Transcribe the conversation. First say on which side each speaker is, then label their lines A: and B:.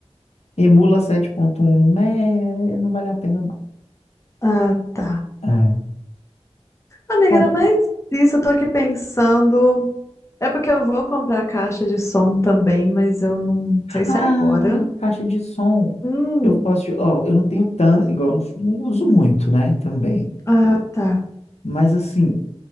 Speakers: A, on the left; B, on the left.
A: emula sete ponto um é, não vale a pena, não.
B: Ah, tá.
A: É.
B: Amiga,
A: Bom,
B: era mais isso. Eu tô aqui pensando. É porque eu vou comprar a caixa de som também, mas eu não
A: ah,
B: sei se é agora.
A: caixa de som.
B: Hum,
A: Eu posso, te- ó, eu não tenho tanto, igual, eu não, não uso muito, né, também.
B: ah, tá.
A: Mas, assim,